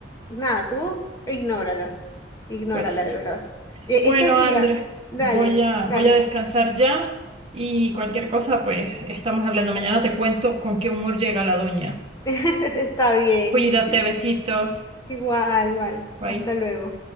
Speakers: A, on the left (about 20°); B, on the right (about 30°).
A: nada, tú ignórala, ignórala
B: Pues sí.
A: de verdad. Eh,
B: Bueno,
A: Es que sí,
B: Andrés,
A: a- dale.
B: voy a,
A: Dale,
B: voy a descansar ya y cualquier cosa, pues estamos hablando. Mañana te cuento con qué humor llega la doña.
A: <laughs> Está bien.
B: Cuídate, besitos.
A: Igual, igual.
B: Bye.
A: Hasta luego.